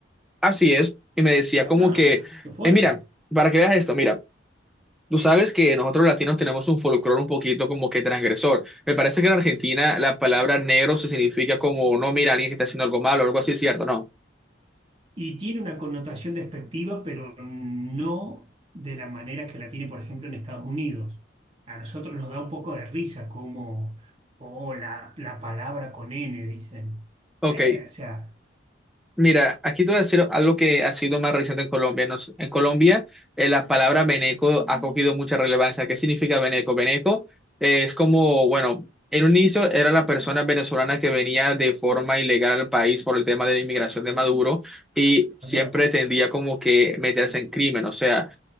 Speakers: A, in the centre; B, on the right.
A: Así es, y me decía
B: Ah,
A: como que,
B: qué fuerte.
A: eh, mira, para que veas esto, mira, tú sabes que nosotros latinos tenemos un folclore un poquito como que transgresor. Me parece que en Argentina la palabra negro se significa como, no, mira, alguien que está haciendo algo malo, algo así, ¿cierto? No.
B: Y tiene una connotación despectiva, pero no de la manera que la tiene, por ejemplo, en Estados Unidos. A nosotros nos da un poco de risa, como, oh, la, la palabra con N, dicen.
A: Ok.
B: Eh, o sea,
A: Mira, aquí te voy a decir algo que ha sido más reciente en Colombia. Nos- en Colombia, eh, la palabra Beneco ha cogido mucha relevancia. ¿Qué significa Beneco? Beneco eh, es como, bueno, en un inicio era la persona venezolana que venía de forma ilegal al país por el tema de la inmigración de Maduro y siempre
B: Ajá,
A: tendía como que meterse en crimen. O sea,